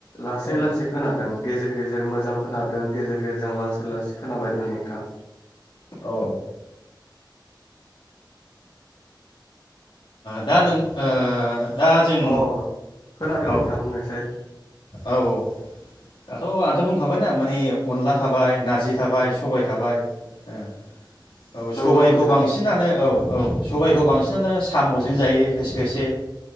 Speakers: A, on the left; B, on the left.
A: लासै
B: औ
A: लासै खोनादों
B: औ
A: गेजेर गेजेर मोजां खोनादों गेजेर गेजे जों लासै लासै खोनाबाय दोङो नोंथां
B: औ ओ दा नों ओ दा जों
A: अ खोनादों
B: औ
A: नोंथां बुंनायसाय
B: औ औ दाथ' आंथ' बुंखाबायना मानि अनला थाबाय नारजि थाबाय स सबाय थाबाय ओ औ
A: नंगौ
B: सबायखौ
A: नोंथां
B: बांसिनानो औ औ सबायाइखौ बांसिनानो साम'जों जायो खायसे खायसे